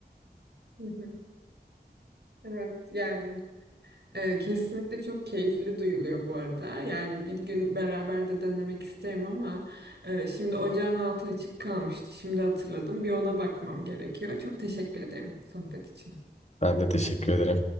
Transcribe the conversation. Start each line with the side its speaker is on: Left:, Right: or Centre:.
Right: hı hı. Evet yani. Ee, kesinlikle çok keyifli duyuluyor bu arada. Yani bir gün beraber de denemek isterim ama e, şimdi ocağın altı açık kalmıştı. Şimdi hatırladım. Bir ona bakmam gerekiyor. Çok teşekkür ederim sohbet için.
Left: Ben de teşekkür ederim.